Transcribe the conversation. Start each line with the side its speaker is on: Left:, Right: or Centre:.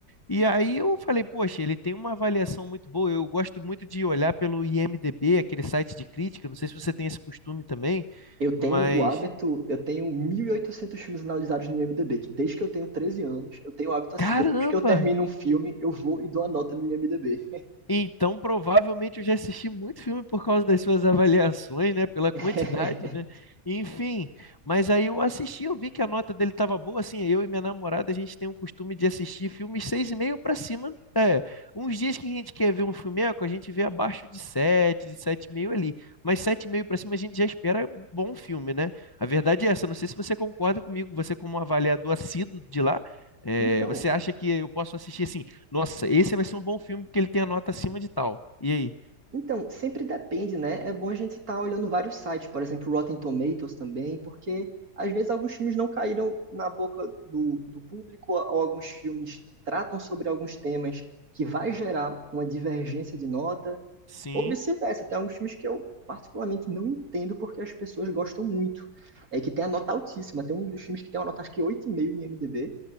Left: E aí eu falei, poxa, ele tem uma avaliação muito boa. Eu gosto muito de olhar pelo IMDb, aquele site de crítica. Não sei se você tem esse costume também,
Right: Eu
Left: mas
Right: tenho o hábito, eu tenho 1.800 filmes analisados no IMDb, que desde que eu tenho 13 anos, eu tenho o hábito assim,
Left: caramba!
Right: depois que eu termino um filme, eu vou e dou a nota no IMDb.
Left: Então, provavelmente eu já assisti muito filme por causa das suas avaliações, né? Pela quantidade,
Right: <laughs>
Left: né? Enfim, mas aí eu assisti, eu vi que a nota dele estava boa, assim, eu e minha namorada, a gente tem o costume de assistir filmes seis e meio para cima, é, uns dias que a gente quer ver um filmeco, a gente vê abaixo de sete, de sete e meio ali, mas sete e meio para cima a gente já espera bom filme, né? A verdade é essa, não sei se você concorda comigo, você como um avaliador assíduo de lá, é,
Right: Então,
Left: você acha que eu posso assistir assim? Nossa, esse vai ser um bom filme porque ele tem a nota acima de tal. E aí?
Right: Então, sempre depende, né? É bom a gente estar olhando vários sites, por exemplo, Rotten Tomatoes também, porque às vezes alguns filmes não caíram na boca do, do público, ou alguns filmes tratam sobre alguns temas que vai gerar uma divergência de nota,
Left: Sim.
Right: ou vice-versa. Tem alguns filmes que eu particularmente não entendo porque as pessoas gostam muito. É que tem a nota altíssima. Tem um dos filmes que tem uma nota acho que 8,5 no IMDb,